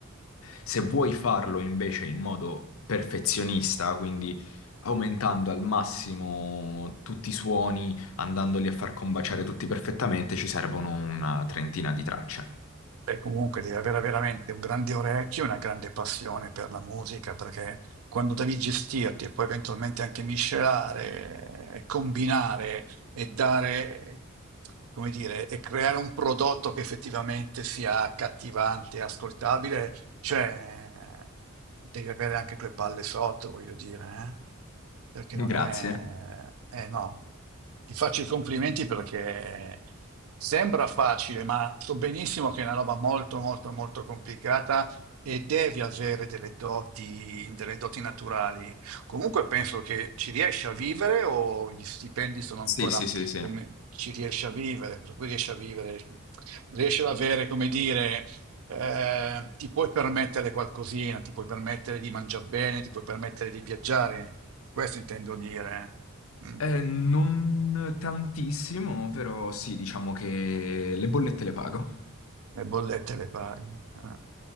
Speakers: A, on the left (about 70°); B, on the right (about 80°).
A: Se vuoi farlo invece in modo perfezionista, quindi aumentando al massimo tutti i suoni, andandoli a far combaciare tutti perfettamente, ci servono una trentina di tracce.
B: Beh, comunque devi avere veramente un grande orecchio e una grande passione per la musica, perché quando devi gestirti e poi eventualmente anche miscelare, e combinare e dare, come dire, e creare un prodotto che effettivamente sia accattivante e ascoltabile, cioè, devi avere anche due palle sotto, voglio dire, eh? Perché non
A: Grazie.
B: è... Eh no, ti faccio i complimenti perché sembra facile, ma so benissimo che è una roba molto, molto, molto complicata e devi avere delle doti, delle doti naturali. Comunque penso che ci riesci a vivere o gli stipendi sono
A: Sì,
B: ancora
A: sì, sì, sì.
B: come ci riesci a vivere, per cui riesci a vivere, riesci ad avere, come dire eh, ti puoi permettere qualcosina, ti puoi permettere di mangiare bene, ti puoi permettere di viaggiare, questo intendo dire. eh. Mm.
A: Eh, non tantissimo, però sì, diciamo che le bollette le pago
B: le bollette le paghi. eh.